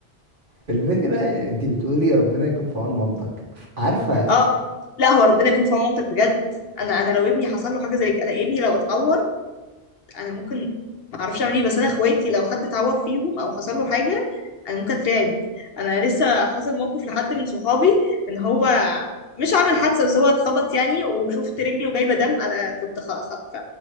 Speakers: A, on the right; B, on the left.
A: الفكره انت بتقولي ربنا يكون في عون مامتك عارفه
B: اه لا هو ربنا يكون في عون مامتك بجد انا انا لو ابني حصل له حاجة زي كده انا ابني لو اتعور انا ممكن ما اعرفش اعمل ايه بس انا اخواتي لو حد اتعور فيهم او حصل له حاجه انا ممكن اترعب انا لسه حصل موقف لحد من صحابي ان هو مش عمل حادثه بس هو اتخبط يعني وشفت رجله جايبه دم انا كنت خ... خ... ف-